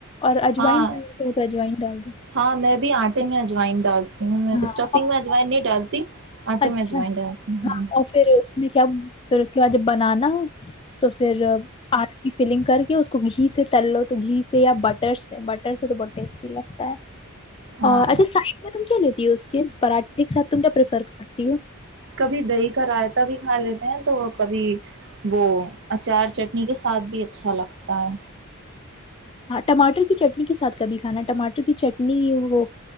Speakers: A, on the left; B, on the right.
A: اور اجوائن
B: ہاں
A: ڈالنا چاہے تو اجوائن ڈال دو
B: ہاں میں بھی آٹے میں اجوائن ڈالتی اسٹفنگ
A: ہاں
B: میں ا جوائن نہیں ڈالتی آٹ
A: اچھا
B: میں جووائنٹتی ہ
A: ہاں
B: <unintelligible>
A: اور پھر اس کیا پھر اس کے بعد جب بنانا ہو تو پھر آلو کی فلنگ کر کے اس کو گھی سے تل لو تو گھی سے یا بٹر سے بٹر سے تو بہت ٹیسٹی لگتا ہے
B: ہاں
A: اور اچھا سڈ میں تم کیا لیتی ہو اس کے پراٹھے کے ساتھ تم کیاریفر ہتیو <inaudible>
B: کبھی دہی کا رائتا بھی کھا لیتے ہیں تو کبھی وہ اچار چٹنی کے ساتھ بھی اچھا لگتا ہے
A: ہاں ٹماٹر کی چٹنی کے ساتھ کبھی کھانا ٹماٹر کی چٹنی وہ